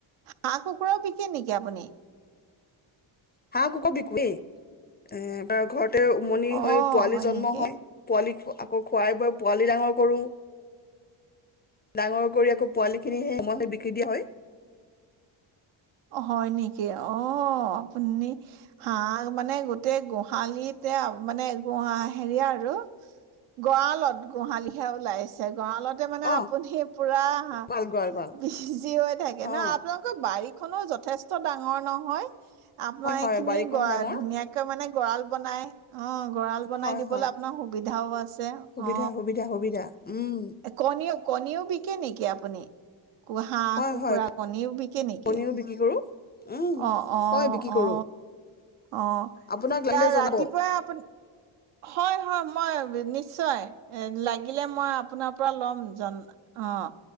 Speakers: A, on the right; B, on the left.
A: হাঁহ-কুকুৰাও বিকে নেকি আপুনি?
B: হাঁ- কুক বিকোেয়ে, এ বাৰ ঘৰত তাতে উমনি
A: অ',
B: হৈ পোৱালি জন্ম
A: নেকি?
B: হয়, পোৱালি খোৱা আকৌ খুৱাই বৈ পোৱালি ডাঙৰ কৰোঁ, ডাঙৰ কৰি আকৌ পোৱালিখিনি সেই সময়ে বিক্ৰী দিয়া হয়।
A: হয় নেকি, অহ আপুনি হাঁহ মানে গোটেই গোহালিতে, মানে গোহা হেৰি আৰু গঁৰালত গোহালিহে, ওলাইছে। গঁৰা়লতে মানে
B: অ
A: আপুনি পুৰা হা,
B: গঁৰাল গঁৰাল গঁৰাল
A: বিজি হৈ থাকে ন?
B: অ
A: আপোনালোকৰ বাৰী যথেষ্ট দাম ডাঙৰ নহয়। আপোনাৰ
B: হয় হয়
A: এইখিনি
B: বাৰীখনো
A: গহ,
B: ডাঙৰ
A: ধুনীয়াকে মানে গঁৰাল বনাই, অ, গঁৰা়ল বনাই
B: হয়
A: দিবলৈ
B: হয়
A: আপোনাৰ সুবিধাও আছে,
B: সুবিধা
A: অ,
B: সুবিধা সুবিধা উম
A: কণীও কণীও বিকে নেকি আপুনি কু হাঁহ
B: হয়
A: কুকুৰা
B: হয়
A: কণীও বিকে নেকি
B: কণীও বিক্ৰী কৰো উম
A: অ অ
B: হয় বিক্ৰী কৰো
A: অ অ
B: আপোনাক লাগিলে
A: তাৰ
B: জনাব
A: ৰাতিপুৱা
B: অ
A: আপুনি হয় হয় মই নিশ্চয় লাগিলে মই আপোনাৰ পৰা ল'ম জন অ